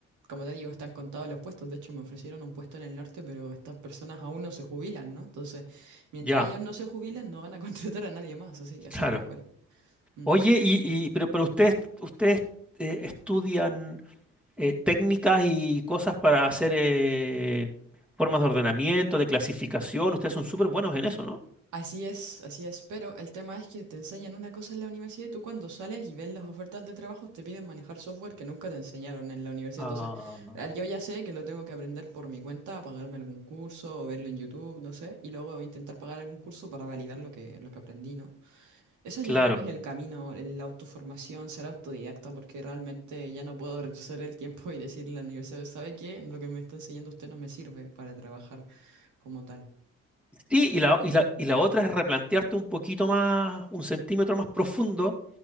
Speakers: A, on the right; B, in the centre.
A: como te digo, están contados los puestos, de hecho me ofrecieron un puesto en el norte, pero estas personas aún no se jubilan, ¿no? Entonces, mientras
B: ya,
A: ellos no se jubilan, no van a <laughs> contratar a nadie más, así, así
B: claro.
A: tal cual. Ujú.
B: Oye, y, y- pero, pero ustedes, ustedes eh, estudian eh, técnicas y cosas para hacer eh, formas de ordenamiento, de clasificación. Ustedes son súper buenos en eso, ¿no?
A: Así es, así es, pero el tema es que te enseñan una cosa en la universidad y tú cuando sales y ves las ofertas de trabajo te piden manejar software que nunca te enseñaron en la universidad.
B: Ah,
A: Entonces, ah, yo ya sé que lo tengo que aprender por mi cuenta, pagarme algún curso o verlo en YouTube, no sé, y luego intentar pagar algún curso para validar lo que, lo que aprendí, ¿no? Eso yo
B: claro.
A: creo que es el camino, la autoformación, ser autodidacta, porque realmente ya no puedo retroceder el tiempo y decirle a la universidad, ¿sabe qué? Lo que me está enseñando usted no me sirve para trabajar como tal.
B: Sí, y la, y la, y la otra es replantearte un poquito más, un centímetro más profundo